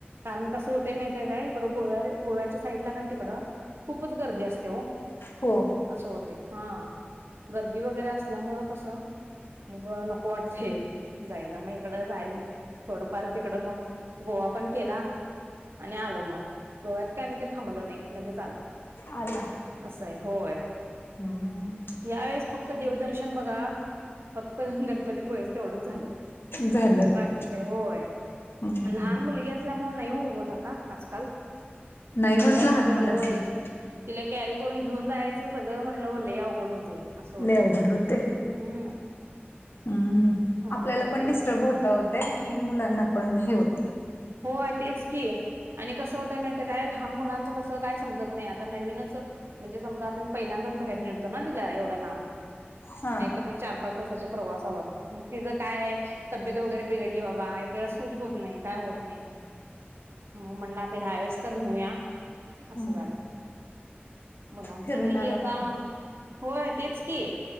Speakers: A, on the right; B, on the left.
A: कारण कसं होते माहतेय काय? इकड गोव्या गोव्याच्या साईड ला कनि तिकडं खूपच गर्दी असते ओ.
B: हो.
A: असं होते, हा. गर्दी वगैरे असल्यामुं कसं मग नको वाटतेय जायला. मग इकड जायला थोडंफार तिकडं मग गोवा पण केला. आणि आलो मग. गोव्यात काय आम्ही काही थांबलो नाही. लगेच आलो.
B: आला.
A: असं आहे. होय.
B: हम्म
A: यावेेळेस फक्त देवदर्शन बघा. फक्त, गणपतीपोळेच तेवढंच झाले.
B: झालं हम्म
A: बाकी काय. होय,
B: हम्म.
A: लहान मुलगी अस मुळे नाही ओ होत आता आजकाल.
B: नाही होत
A: तिला
B: लहान
A: सगळं
B: मुलं
A: होय.
B: असली की
A: तिला कॅरी करून घेऊन जायचं सगळं म्हणल्यावर लय अवघड होतंय. असं होतय.
B: लय अवघड होतय
A: हम्म.
B: हम्म.
A: होय
B: आपल्याला पण
A: तेच
B: डिस्टर्ब
A: की
B: होत ओ ते. आणि मुलांना पण हे होत.
A: होय, तेच की. आणि कसं होतय माहित आहे काय? लहान मुलांचं कसं काय समजत नाही आत आता नवीनच म्हणजे, समजा आता मी पहिल्यांदाच बाहेर निळतो ना तिला एवढ्या लांब.
B: हा
A: नाही तर मग चार पाच तासाच्या प्रवासावर. मग तिचं काय. तब्येत वगैरे बिघडली बाबा एकका सूट होत नाही काय होत नाही. म म्हणलं आता ह्यावेेळेस तर नेऊया,
B: हम्म
A: असं झालं. मुलांच
B: फिरून
A: लई
B: आला
A: आता.
B: भारी
A: होय तेच की.